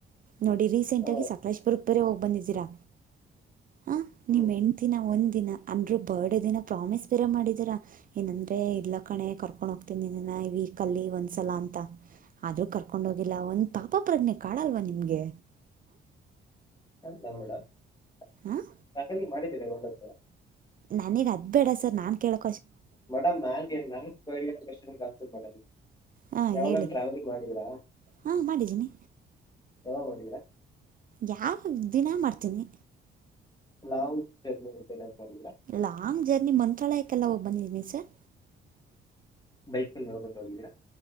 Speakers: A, on the right; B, on the left.
A: ನೋಡಿ ರೀಸೆಂಟ್
B: ಹ
A: ಆಗಿ ಸಕಲೇಶಪುರಕ ಬೇರೆ ಹೋಗಿ ಬಂದಿದ್ದೀರಾ ಹ
B: ಹ್ಮ್
A: ನಿಮ್ಮ ಹೆಂಡ್ತಿ ಒಂದ ದಿನ ಅಂದ್ರು ಬರ್ಡೇ ದಿನ ಪ್ರಾಮಿಸ್ ಬೇರೆ ಮಾಡಿದೀರಾ ಏನಂದ್ರೆ ಇಲ್ಲ ಕಣೆ ಕರ್ಕೊಂಡ್ ಹೋಗ್ತಿನೀ ವೀಕ್ ಅಲ್ಲಿ ಒಂದ್ಸಲ ಅಂತ ಆದ್ರೂ ಕರ್ಕೊಂಡ ಹೋಗಿಲ್ಲ ಒಂದ್ ಪಾಪ ಪ್ರಜ್ಞೆ ಕಾಡಲ್ವಾ ನಿಮ್ಗೆ
B: <unintelligible>
A: ಹಾಂ ನನಗ್ ಅದ್ ಬೇಡ ಸರ್ ನಾನ್ ಕೇಳದು
B: ಮೇಡಂ ನಾಲ್ಗೆ ನನ್ನ ಕೇಳಿದ ಕ್ವೆಷನ್ ಗೆ ಆನ್ಸರ್ ಕೊಡೋದು
A: ಹಾಂ
B: ಯಾವಾಗನಾ
A: ಹೇಳಿ
B: ಟ್ರಾವೆಲಿಂಗ್ ಮಾಡಿದೀರಾ
A: ಹಾಂ ಮಾಡಿದ್ದೀನಿ
B: ಯಾವಾಗ ಮಾಡಿದೀರಾ
A: ಯಾವ ದಿನಾ ಮಾಡ್ತೀನಿ
B: ಲಾಂಗ್ ಜರ್ನಿನ <unintelligible>
A: ಲಾಂಗ್ ಜರ್ನಿ ಮಂತ್ರಾಲಯಕ್ಕೆಲ್ಲ ಹೋಗ್ ಬಂದಿದೀನಿ ಸರ್
B: ಬೈಕ್ ಅಲ್ಲಿ ಹೋಗೋದು ನೋಡಿದಿರಾ.